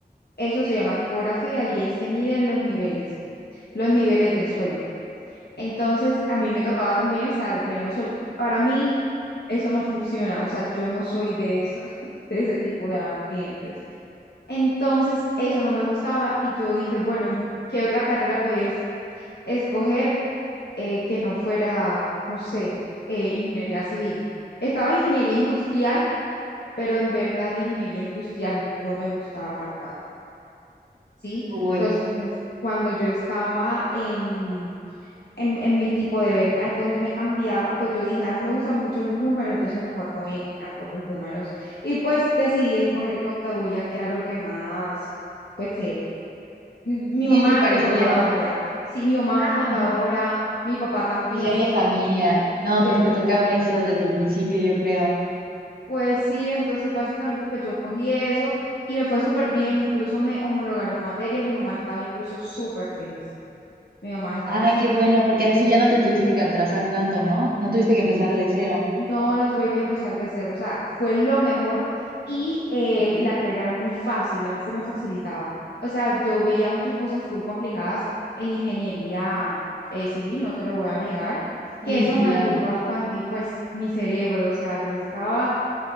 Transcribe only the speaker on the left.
eso se llama topografía y es que miden los niveles, los niveles del suelo. Entonces, a mí me tocaba también estar al pleno sol. Para mí, eso no funciona, o sea, yo no soy de, esa- <laughs> de ese tipo de ambientes. Entonces, eso no me gustaba y yo dije, bueno, ¿qué otra carrera podía es- escoger eh, que no fuera, no sé, eh, ingeniería civil? Estaba ingeniería industrial, pero en verdad la ingeniería industrial no me gustaba para nada, ¿sí?
Entonces, cuando yo estaba en en, en mi tipo de ver a dónde me cambiaba, pues yo dije, a mí me gustan muchos números, entonces mejor no voy a inclinar por los números. Y pues decidí escoger contaduría, que era lo que más, pues eh, m- mi
mamá
fue contadora, sí, mi mamá
fue contadora, mi papá también,
de-
pues sí, entonces básicamente pues yo escogí eso y me fue súper bien, incluso me homologaron materias, mi mamá estaba incluso súper feliz, mi mamá estaba
súper
No, no tuve que empezar de cero, o sea, fue lo mejor y eh, la carrera era muy fácil, a mí se me facilitaba. O sea, yo veía muchas cosas full complicadas en ingeniería eh, civil, no te lo voy a negar,
que eso me
ayudó a expandir pues mi cerebro, o sea, yo estaba,